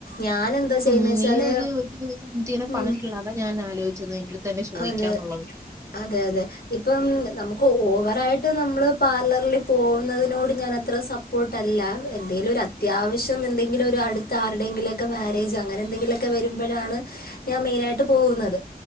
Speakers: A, on the left; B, on the right.
A: ഞാൻ എന്താ
B: ഉം
A: ചെയ്യുന്നത് വെച്ചാൽ
B: നീ ഒരു ഒരു ദിവസം എന്തി- പറഞ്ഞിട്ടുള്ള
A: ഉം
B: അതാ ഞാൻ ആലോചിച്ചത് അന്റെറടുത്ത് തന്നെ ചോദിക്കാന്നുള്ളത്
A: അതെ അതെ അതെ ഇപ്പം നമുക്ക് ഓവറായിട്ട് നമ്മള് പാർലറിൽ പോകുന്നതിനോട് ഞാൻ അത്ര സപ്പോർട്ട് അല്ല എന്തെങ്കലും ഒരു അത്യാവശ്യം എന്തെങ്കിലും ഒരു അടുത്ത ആരുടെയെങ്കിലുമൊക്കെ മാരേജ് അങ്ങനെ എന്തെങ്കിലുമൊക്കെ വരുമ്പോഴാണ് ഞാൻ മെയിൻ ആയിട്ട് പോകുന്നത്